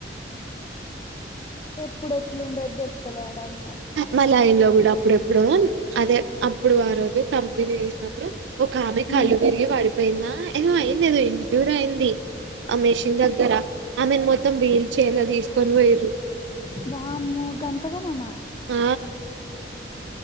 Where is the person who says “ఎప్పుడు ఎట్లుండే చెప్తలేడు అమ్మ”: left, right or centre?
Left